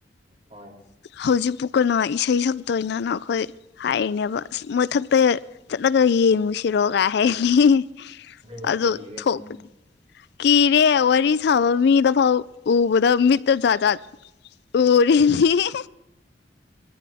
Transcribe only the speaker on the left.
ꯍꯧꯖꯤꯛꯄꯨ ꯀꯩꯅꯣ ꯏꯁꯩ ꯁꯛꯇꯣꯏꯅꯦꯅ ꯑꯩꯈꯣꯏ ꯍꯥꯏꯔꯤꯅꯦꯕ ꯑꯁ ꯃꯊꯛꯇ ꯆꯠꯂꯒ ꯌꯦꯡꯉꯨꯁꯤꯔꯣ ꯀꯥꯏ ꯍꯥꯏꯅꯤ ꯍꯤꯍꯤ
ꯑꯗꯨ
ꯊꯣꯛ
ꯀꯤꯔꯦ ꯋꯥꯔꯤ ꯁꯥꯕ ꯃꯤꯗ ꯐꯥꯎ ꯎꯕꯗ ꯃꯤꯠꯇ ꯖꯥꯠꯖꯥꯠ ꯎꯔꯦ ꯏꯍꯤ ꯍꯦ